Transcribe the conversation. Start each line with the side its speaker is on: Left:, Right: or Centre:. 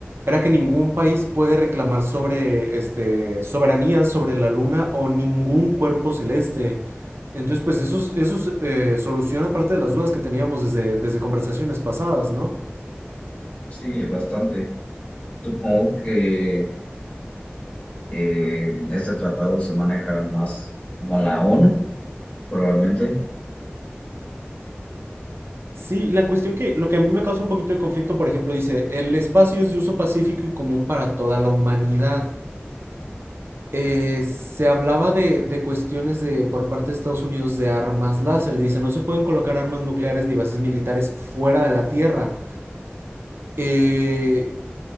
Right: era que ningún país puede reclamar sobre, este, soberanía sobre la luna o ningún cuerpo celeste. Entonces, pues eso, es- eso es, eh, soluciona parte de las dudas que teníamos desde, desde conversaciones pasadas, ¿no?
Left: Sí, bastante. Supongo que eh, este tratado se maneja más como la ONU, probablemente,
Right: Sí, la cuestión que lo que a mí me causa un poquito de conflicto, por ejemplo, dice, el espacio es de uso pacífico y común para toda la humanidad. eh, se hablaba de, de cuestiones de, por parte de Estados Unidos de armas láser. Dice, no se pueden colocar armas nucleares ni bases militares fuera de la Tierra. Eh,